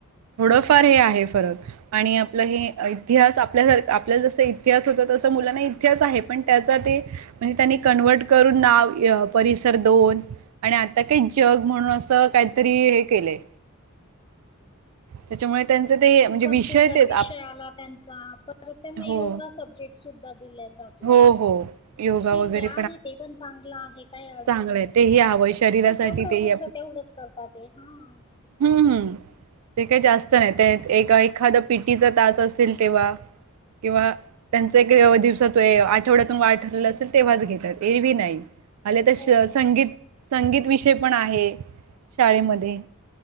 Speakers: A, on the right; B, on the left.
A: थोडंफार हे आहे फरक आणि आपलं हे इतिहास आपल्यासारख आपल्या जस इतिहास होत तस मुलांना तेच आहे पण त्याचा साठि म्हणजे त्यांनी कन्वर्ट करून नाव अ परिसर दोन आणि आता काही जग म्हणून असं काहीतरी हे केलंय त्याच्यामुळे त्यांच ते म्हणजे
B: कम्प्युटर
A: विषय तेच
B: विषय
A: आप
B: आला त्यांचा परत त्यांना
A: हो
B: योगा सब्जेक्ट सुद्धा दिले ठीक
A: हो हो योगा वगैरे
B: आहे आहे ते पण चांगलं आहे काही अडचण
A: चांगलं आहे
B: नाही
A: तेही
B: त्याची
A: हवंय शरीरासाठी
B: पण तेवढ्या
A: तेही
B: पुरर्ता तेवढच करतात ते हा
A: हम् हम् ते काही जास्त नाही ते एक एखाद पिटीचा तास असेल तेव्हा किंवा त्यांचा एक दिवसा तो आठवड्यातून वाढ ठरलेला असेल तेव्हाच घेतात एरवीभ नाही आले त
B: हो
A: संगीत संगीत विषय पण आहे शाळेमध्ये